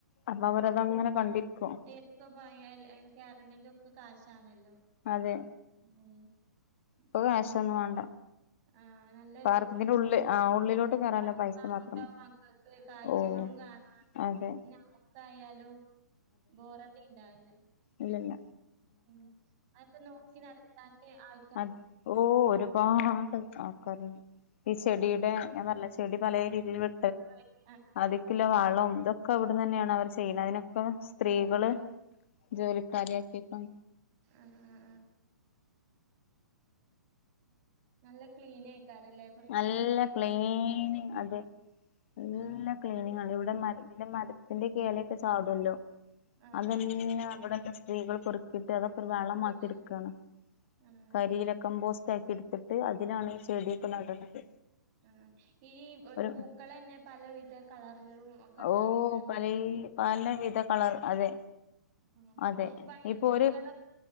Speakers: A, on the left; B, on the right.
A: അപ്പൊ അവര അതങ്ങനെ കണ്ടിരിക്കും.
B: പ്പെ പോയാല് കയറണെങ്കിൽ ഒക്കെ കാശാണല്ലോ
A: അതെ
B: ഉം
A: ഇപ്പ
B: ഒന്നും
A: കാശൊന്നും വേണ്ട
B: ആഹ് നല്ല
A: പാർക്കന്റെ ഉള്ളിൽ ആ ഉള്ളിലോട്ട് കേറാനുള്ള
B: പഠിക്കാനുണ്ടാവും
A: പൈസ മാത്രം
B: മക്കൾക്ക് കാഴ്ചകളും
A: ഓ
B: കാണാ
A: അതെ
B: <unintelligible> ആയാലും ബോറടി ഉണ്ടാവില്ല
A: ഇല്ലല്ല
B: ഉ അതൊക്കെ നോക്കി നടത്താൻ ആൾ
A: അത് ഓ ഒരുപാട് ആൾക്കാരുണ്ട് ഈ ചെടിയുടെ ഞാൻ പറില്ല ചെടി പലേരീതിയിൽ വെ
B: ആ <unintelligible>
A: അധിക്കുള്ള വളവും ഇതൊക്കെ അവിടു തന്നെയാണ് അവർ ചെയ്യുന്നത് അതിനൊക്കെ സ്ത്രീകള്
B: ആഹ് ആഹ്
A: ജോല കാര്ിയാക്കിക്ക
B: എഹ് ഹാ നല്ല ക്ലീനേക്കാരല്ലേ വൃത്തിയും
A: നല്ല
B: കാര്യൊക്കെ
A: ക്ലീനി അതെ നല്ല
B: ആഹ്
A: ക്ലീനിങ് ആണ് ഇവിടെ മ പിന്നെ മരത്തിന്റെ എലൊക്കെ ചാടുവല്ലോ
B: ആഹ്
A: അതന്നെ
B: ആഹ് ആഹ്
A: അവിടെള്ള സ്ത്രീകൾ പെറു കിട്ട് അതൊക്കെ വള
B: ഇബടെ
A: മാക്കി എടുക്കാണ്
B: ആഹ്
A: കരിയില
B: അതെ
A: കമ്പോസ്റ്റ് ആക്കി എടുത്തിട്ട് അതിലാണ്
B: ആഹ്
A: ഈ
B: അതെ
A: ചെടിയൊക്കെ നടണത്
B: ആഹ് ഈ
A: ഒരു
B: പൂക്കള് തന്നെ പലവിധ കളറിലും ണ്ടാവിക്കാറില്ലേ
A: ഓ പലേ
B: <unintelligible>
A: പലവിധ കളർ അതെ
B: ഉ
A: അതെ
B: വള്ളിച്ചെടികളൊക്കെ
A: ഇപ്പൊ ഒരു